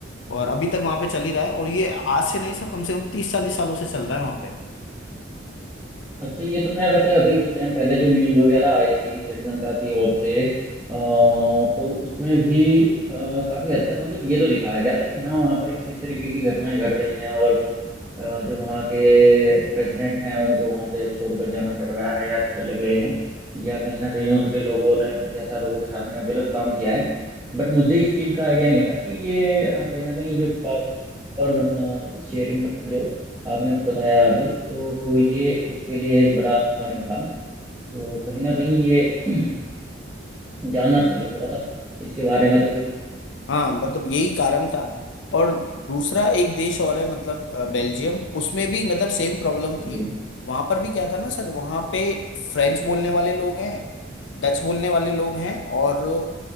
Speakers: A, on the left; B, on the right.
A: और अभी तक वहां पे चल ही रहा है और ये आज से नहीं सर कम से कम तीस चालीस सालों से चल रहा है वहां पे
B: अच्छा ये तो मैं वैसे अभी कुछ टाइम पहले जो न्यूज़ वगैरह आई थी श्रीलंका की ओर से अ, तो उसमें भी अ, काफी हद तक मतलब ये तो दिखाया गया था कि हाँ वहाँ पर इस इस तरीके की घटनाएं घट रही हैं और अ, जो वहाँ के प्रेसिडेंट हैं उनको वहाँ से छोड़कर जाना पड़ रहा है या चले गए हैं या कहीं ना कहीं उनके लोगों ने कुछ ऐसा लोगों के साथ में गलत काम किया है बट मुझे इस चीज़ का आइडिया नहीं था कि ये अ, कहीं ना कहीं जो पावर शेयरिंग का जो आपने बताया अभी तो ये उसके लिए एक बड़ा कारण था तो कहीं ना कहीं ये <clears throat> जानना चाहिए थोड़ा सा इसके बारे में तो फिर
A: हाँ मतलब यही कारण था और दूसरा एक देश और है मतलब अ, बेल्जियम उसमें भी मतलब सेम प्रॉब्लम थी
B: जी
A: वहां पर भी क्या था ना सर वहां पे फ्रेंच बोलने वाले लोग हैं डच बोलने वाले लोग हैं और